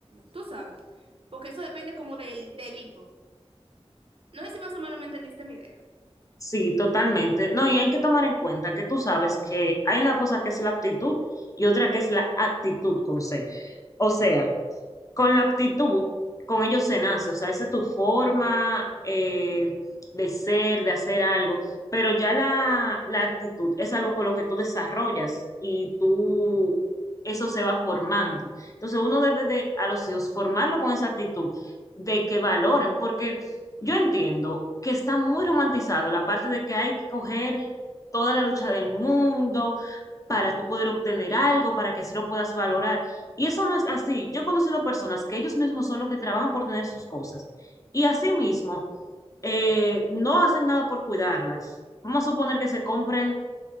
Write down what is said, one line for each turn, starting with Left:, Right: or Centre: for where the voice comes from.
Right: tú sabes, porque eso depende como del, del hijo. No sé si más o menos me entendiste mi idea.
Left: Sí, totalmente. No, y hay que tomar en cuenta que tú sabes que hay una cosa que es la aptitud y otra que es la actitud con C. O sea, con la aptitud, con ellos se nace, o sea, esa es tu forma eh, de ser, de hacer algo, pero ya la, la actitud es algo con lo que tú desarrollas y tú, eso se va formando. Entonces uno debe de, a los hijos, formarlo con esa actitud de que valoren, porque yo entiendo que está muy romantizado la parte de que hay que coger toda la lucha del mundo para tú poder obtener algo, para que sí lo puedas valorar. Y eso no es así. Yo he conocido personas que ellos mismos son los que trabajan por tener sus cosas y asimismo eh, no hacen nada por cuidarlas. Vamos a suponer que se compren